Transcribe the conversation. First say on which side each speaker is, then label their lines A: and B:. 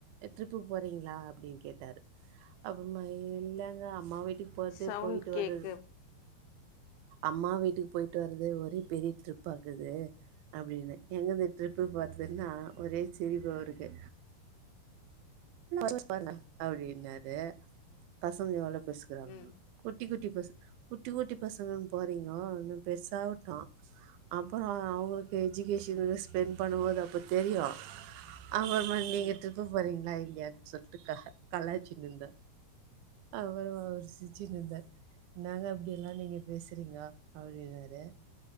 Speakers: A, on the right; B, on the left.
A: ட்ரிப்புக்கு போறீங்களா அப்டின் கேட்டாரு அப்றமா இல்லங்க அம்மா வீட்டுக்கு பொறதே
B: சவுண்ட்
A: பொயிட்டு
B: கேக்கு
A: வரே அம்மா வீட்டுக்கு பொயிட்டு வறதே ஒரே பெரிய ட்ரிப்பா இருக்குது அப்டின் எங்க இருந்து ட்ரிப்பு போறதின்னா ஒரே சிரிப்பா வருது சூஸ் பண்ணு அப்டின்னாரு பசங்க எவ்ள பெஸ் இக்றாங்கனு
B: ம்
A: குட்டி குட்டி பசு குட்டி குட்டி பசங்கனு போறீங்க இன்னு பெருசாவுட்டு அப்றோ அ அவுங்ளுக்கு எஜிகேஷன் ஃபீஸ் ஸ்பெண்ட் பண்ணும்போது அப்ப தெரியு அவன <unintelligible>
B: ம்
A: போறீங்களா இல்லயானு சொல்ட்டு க கலாய்ச்சின்தே அவரு சிச்சின்ந்தார் என்னாங்க இப்டியெல்லா நீங்க பேசுறீங்க அப்டின்னாரு